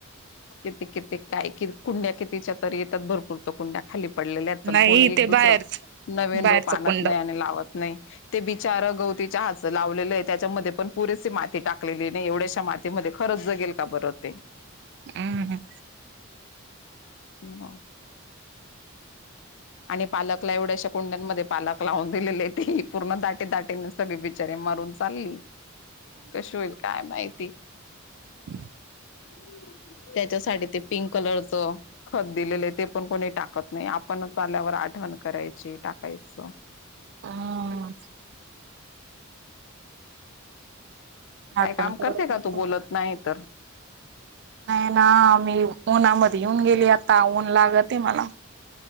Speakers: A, on the left; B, on the right.
A: किती, कितीे काय कि कुंड्या कितीच्या तरी येतात भरपूर कुंड्या खाली पडलेल्या आहेत पण
B: नाही
A: कोणी एक
B: ते
A: दुसरं
B: बाहेरच
A: नवीन
B: बाहेरचं
A: रोप आणत
B: कुंड
A: नाही आणि लावत नाही ते बिचार गवती चहाच लावलेलंय त्याच्यामध्ये पण पुरेसे मी टाकलेली नाही एवढ्याशा माती मध्ये खरंच जगेल का बर ते
B: हम
A: ह आणि पालकला एवढ्याशा कुंड्यांमध्ये पालक लावून दिलेले ते पूर्ण दाटी, दाटीन सगळी बिचारे मारून चालली कशी होईल काय माहिती
B: हम
A: <unintelligible> त्याच्यासाठी ते पिंक कलरच खत दिलेलं आहे ते पण कोणी टाकत नाही आपणच पाल्यावर आठवण करायची टाकायचं
B: ह झाड
A: काय
B: पण
A: काम
B: केवढं
A: करते का तू बोलत नाही तर
B: नाही ना मी ऊना मध्ये येऊन गेली आता ऊन लागते मला